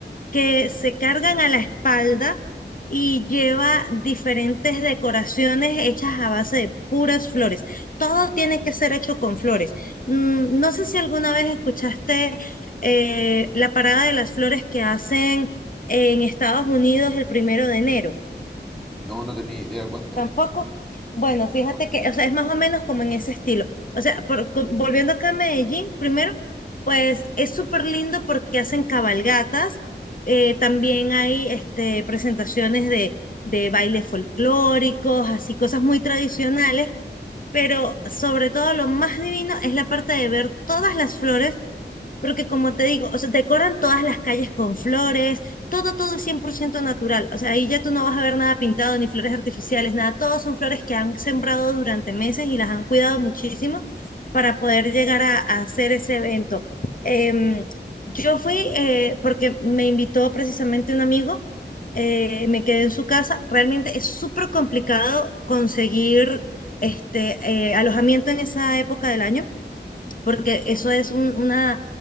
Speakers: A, on the left; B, in the centre.
A: que se cargan a la espalda y lleva diferentes decoraciones hechas a base de puras flores. Todo tiene que ser hecho con flores. Mm, no sé si alguna vez escuchaste eh, la parada de las flores que hacen en Estados Unidos el primero de enero.
B: No, no tenía idea, cuéntame.
A: Tampoco. Bueno, fíjate
B: No,
A: que, o sea, es más o menos como en ese estilo. O sea, por- co- volviendo acá a Medellín, primero, pues es súper lindo porque hacen cabalgatas, eh, también hay este, presentaciones de, de bailes folclóricos, así cosas muy tradicionales, pero sobre todo lo más divino es la parte de ver todas las flores porque como te digo, o sea, decoran todas las calles con flores, todo, todo es 100% natural. O sea, ahí ya tú no vas a ver nada pintado, ni flores artificiales, nada. Todos son flores que han sembrado durante meses y las han cuidado muchísimo para poder llegar a, a hacer ese evento. Em, yo fui eh, porque me invitó precisamente un amigo, eh, me quedé en su casa. Realmente es súper complicado conseguir este, eh, alojamiento en esa época del año porque eso es un- una,